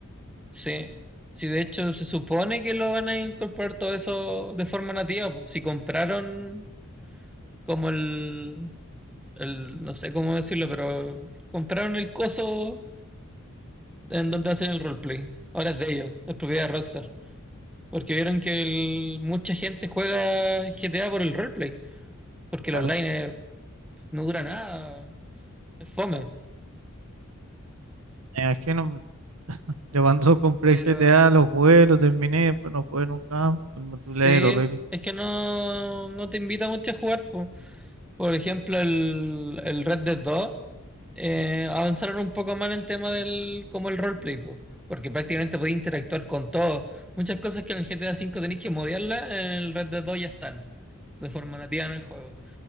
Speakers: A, in the centre; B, on the right.
A: Sí. Sí, de hecho se supone que lo van a incorporar todo eso de forma nativa. pues, Si compraron como el el, no sé cómo decirlo, pero compraron el coso en donde hacen el roleplay. Ahora es de ellos, es propiedad de Rockstar. Porque vieron que el- mucha gente juega GTA por el roleplay. Porque
B: Claro,
A: el online es- no dura nada, es fome.
B: me imagino. Yo cuando compré
A: Pero
B: el GTA lo jugué, lo terminé, pero no jugué nunca más, por el multiplayer
A: sí,
B: horrible.
A: es que no, no te invita mucho a jugar. po. Por ejemplo, el, el Red Dead 2 eh, avanzaron un poco más en el tema del como el roleplay, po, porque prácticamente podéis interactuar con todo. Muchas cosas que en el GTA V tenéis que modiarlas, en el Red Dead 2 ya están, de forma nativa en el juego.